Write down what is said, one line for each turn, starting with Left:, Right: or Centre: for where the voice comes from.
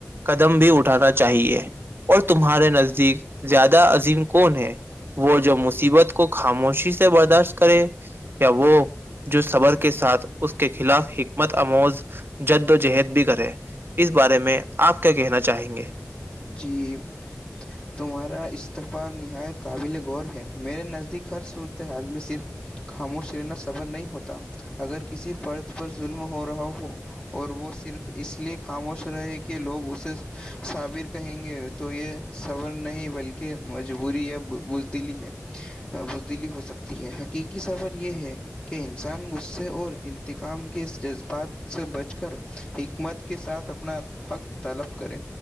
Right: قدم بھی اٹھانا چاہیے اور تمہارے نزدیک زیادہ کون ہے وہ جو مصیبت کو خاموشی سے برداشت کرے یا وہ جو صبر کے ساتھ اس کے خلاف حکمت اموز جد و جہد بھی کرے اس بارے میں آپ کیا کہنا چاہیں گے
Left: جی تمہارا استفا نہایت قابل غور ہے میرے نزدیک ہر صورت حال میں صرف خاموش لینا صبر نہیں ہوتا اگر کسی فرد پر ظلم ہو رہا ہو اور وہ صرف اس لیے خاموش رہے کہ لوگ اسے سابر کر کہیں گے تو یہ صور نہیں بلکہ مجبوری یا بزدلی ہے ببدیلی ہو سکتی ہے حقیقی سفر یہ ہے کہ انسان غصے اور انتقام کے جذبات سے بچ کر حکمت کے ساتھ اپنا حق طلب کرے